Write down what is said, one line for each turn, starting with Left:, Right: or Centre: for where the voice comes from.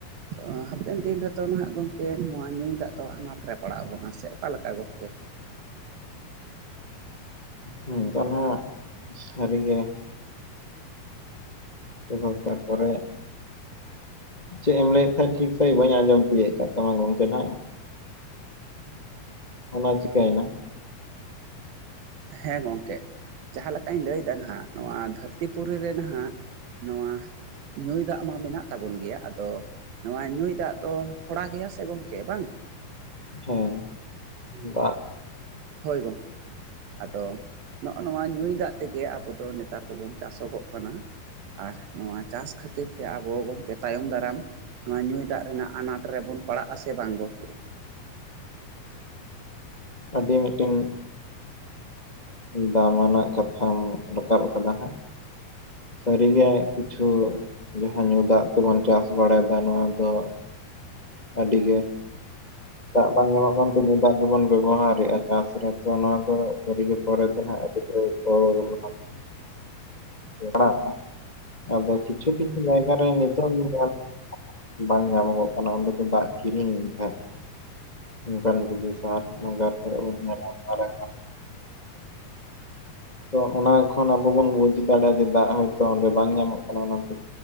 Right: ᱛᱚ ᱦᱟᱯᱮᱱ ᱫᱤᱱ ᱨᱮᱛᱚ ᱦᱟᱸᱜ ᱜᱚᱢᱠᱮ ᱱᱚᱣᱟ ᱧᱩᱭ ᱫᱟᱜ ᱫᱚ ᱟᱱᱟᱴ ᱨᱮ ᱯᱟᱲᱟᱣ ᱵᱚᱱᱟ ᱥᱮ ᱚᱠᱟ ᱞᱮᱠᱟ ᱜᱚᱢᱠᱮ?
Left: <inaudible> ᱥᱟᱹᱨᱤᱜᱮ <inaudible> ᱛᱟᱨᱯᱚᱨᱮ ᱪᱮᱫ ᱮᱢ ᱞᱟᱹᱭᱮᱫ ᱛᱟᱦᱮᱸᱫ ᱴᱷᱤᱠ ᱥᱟᱦᱤᱡ ᱵᱟᱹᱧ ᱟᱡᱚᱢ ᱛᱤᱭᱟᱹᱜ ᱟᱠᱟᱫ ᱛᱟᱢᱟ ᱜᱚᱢᱠᱮ ᱱᱟᱜ <inaudible> ᱚᱱᱟ ᱪᱤᱠᱟᱹᱭᱮᱱᱟ
Right: ᱦᱮᱸ ᱜᱚᱢᱠᱮ ᱾ ᱡᱟᱦᱟᱸ ᱞᱮᱠᱟᱧ ᱞᱟᱹᱭᱮᱫᱟ ᱱᱟᱦᱟᱜ ᱱᱚᱣᱟ ᱫᱷᱟᱹᱨᱛᱤ ᱯᱤᱨᱤ ᱨᱮ ᱱᱟᱦᱟᱜ ᱱᱚᱣᱟ ᱧᱩᱭ ᱫᱟᱜ ᱢᱟ ᱢᱮᱱᱟᱜ ᱛᱟᱵᱚᱱ ᱜᱮᱭᱟ, ᱟᱫᱚ ᱱᱚᱣᱟ ᱧᱩᱭ ᱫᱟᱜ ᱫᱚ ᱛᱷᱚᱲᱟ ᱜᱮᱭᱟ ᱥᱮ ᱜᱚᱝᱠᱮ ᱵᱟᱝ
Left: ᱦᱮᱸ ᱫᱟᱜ
Right: ᱦᱳᱭ ᱜᱚᱝᱠᱮ ᱾ ᱟᱫᱚ ᱱᱚᱜ ᱱᱚᱣᱟ ᱧᱩᱭ ᱫᱟᱜ ᱛᱮᱜᱮ ᱟᱵᱚ ᱫᱚ ᱱᱮᱛᱟᱨ ᱫᱚᱵᱚᱱ ᱪᱟᱥᱚᱜᱚᱜ ᱠᱟᱱᱟ ᱾ ᱟᱨ ᱱᱚᱣᱟ ᱪᱟᱥ ᱠᱷᱟᱹᱛᱤᱨ ᱛᱮ ᱟᱵᱚ ᱜᱚᱢᱠᱮ ᱛᱟᱭᱚᱢ ᱫᱟᱨᱟᱢ ᱱᱚᱣᱟ ᱧᱩᱭ ᱫᱟᱜ ᱨᱮᱱᱟᱜ ᱟᱱᱟᱴ ᱨᱮᱵᱚᱱ ᱯᱟᱲᱟᱜ ᱟᱥᱮ ᱵᱟᱝ ᱜᱚᱢᱠᱮ?
Left: ᱟᱹᱰᱤ ᱢᱤᱫᱴᱮᱱ ᱫᱟᱢᱟᱱᱟᱜ ᱠᱟᱛᱷᱟᱢ ᱨᱟᱠᱟᱵ ᱟᱠᱟᱫᱟ ᱦᱟᱸᱜ ᱥᱟᱹᱨᱤᱜᱮ ᱠᱤᱪᱷᱩ ᱡᱟᱦᱟᱸ ᱧᱩ ᱫᱟᱜ ᱛᱮᱵᱚᱱ ᱪᱟᱥ ᱵᱟᱲᱟᱭᱮᱫᱟ ᱱᱚᱣᱟ ᱫᱚ ᱟᱹᱰᱤᱜᱮ ᱫᱟᱜ ᱵᱟᱝ ᱧᱟᱢᱚᱜ ᱠᱟᱱ ᱛᱮ ᱧᱩ ᱫᱟᱜ ᱜᱮᱵᱚᱱ ᱵᱮᱵᱚᱦᱟᱨᱮᱫᱼᱟ ᱪᱟᱥ ᱨᱮᱛᱚ ᱱᱚᱣᱟ ᱫᱚ ᱥᱟᱹᱨᱤᱜᱮ ᱯᱚᱨᱮᱛᱮ ᱱᱟᱦᱟᱜ ᱟᱹᱰᱤ <inaudible> <unintelligible> ᱟᱫᱚ ᱠᱤᱪᱷᱩ ᱠᱤᱪᱷᱩ ᱡᱟᱭᱜᱟ ᱨᱮ ᱱᱤᱛᱚᱜ ᱧᱮᱞᱼᱼ ᱵᱟᱝ ᱧᱟᱢᱚᱜᱚᱜ ᱠᱟᱱᱟ ᱚᱸᱰᱮ ᱫᱚ ᱫᱟᱜ ᱠᱤᱨᱤᱧ ᱦᱮᱼᱼ ᱱᱚᱱᱠᱟᱱ ᱡᱩᱫᱤ ᱥᱟᱦᱟᱨ ᱱᱟᱜᱟᱢ ᱠᱟᱨᱮ ᱵᱚᱱ ᱛᱟᱦᱮᱱᱟ <unintelligible> ᱛᱚ ᱚᱱᱟ ᱠᱷᱚᱱ ᱟᱵᱚ ᱵᱚᱱ ᱵᱩᱡ ᱫᱟᱲᱮᱭᱟᱜᱼᱟ ᱡᱮ ᱫᱟᱜ ᱦᱚᱭᱛᱳ ᱚᱸᱰᱮ ᱵᱟᱝ ᱧᱟᱢᱚᱜ ᱠᱟᱱᱟ ᱚᱱᱟᱛᱮᱼᱼ